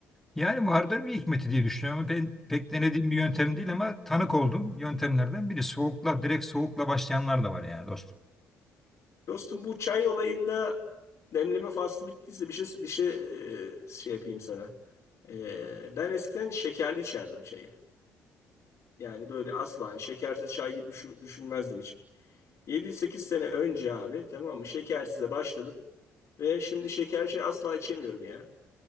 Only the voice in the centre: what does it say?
Yani vardır bir hikmeti diye düşünüyorum. Ben pek denediğim bir yöntem değil ama tanık oldum yöntemlerden biri. Soğukla, direkt soğukla başlayanlar da var yani dostum.